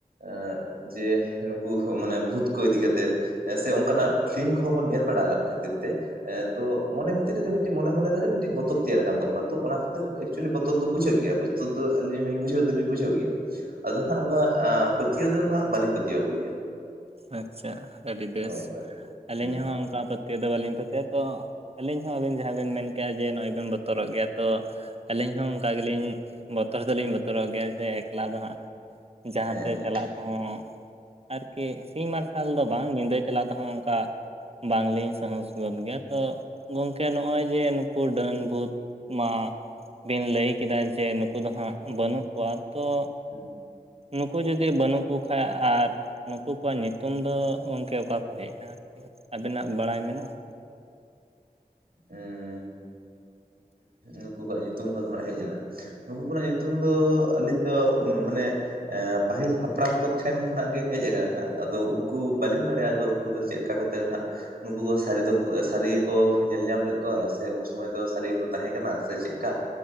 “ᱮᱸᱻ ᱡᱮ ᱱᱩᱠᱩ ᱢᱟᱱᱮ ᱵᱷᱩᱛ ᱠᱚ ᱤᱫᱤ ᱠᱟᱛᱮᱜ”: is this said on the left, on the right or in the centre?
Right